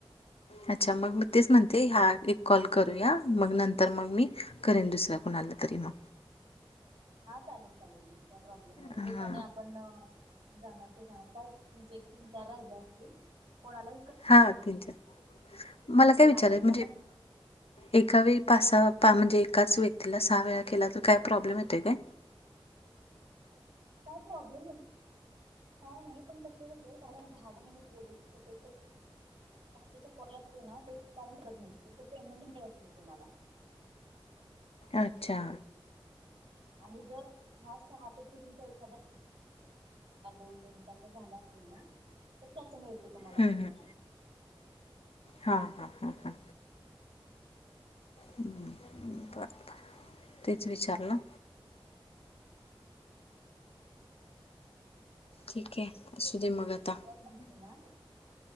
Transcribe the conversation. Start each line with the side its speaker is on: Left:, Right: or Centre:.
Left: अच्छा मग मी तेच म्हणते ह्या एक कॉल करूया मग नंतर मग मी करेन दुसऱ्या कोणातरी म.
Right: हा चालेल चालेल दिदी काय प्रॉब्लेम नाय
Left: हा
Right: उगंच आणि आपण जाणार ते जाणार काय तुमचे तीन चार राहिल असतील कोणाला
Left: हा तीन चार मला
Right: तुमचे
Left: काय विचार
Right: दादांचा
Left: आय म्हणजे
Right: पण
Left: एका वेळी पासा पा म्हणजे एकाच व्यक्तीला सहा वेळा केला तर काय प्रॉब्लेम येतोय काय?
Right: काय प्रॉब्लेम नाय. काय नाय पण कस होतय कारण दहा दहा मिनिट व्यवस्थित असेल तर जास्तीचा कॉल असतोय ना तेच काउंट करत नायत त्याच पेमेंट मिळत नाय तुम्हाला.
Left: अच्छा.
Right: आणि जर ह्या सहापैकी तुमचा एखाद हा दोन मिनिटाचा झाला असेल ना. तर त्याच मिळतं तुम्हाला
Left: हम्म
Right: पेमेंट.
Left: हम्म हा हा हा, हा. बरं बरं. तेच विचारलं. ठीके. असू दे मग आता.
Right: काय सांगते ना